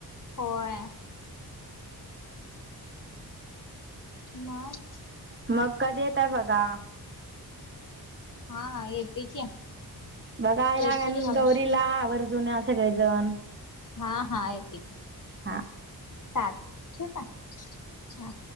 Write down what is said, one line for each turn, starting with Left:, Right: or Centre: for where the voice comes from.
Left: होय. म
Right: मग कधी येतय बघा?
Left: हा येते की,
Right: बघा ह्या
Left: येते
Right: का
Left: की यावर्षी
Right: गौरीला आवर्जून्या सगळेजण.
Left: हा हा यती.
Right: हा.
Left: चालत ठेवू का?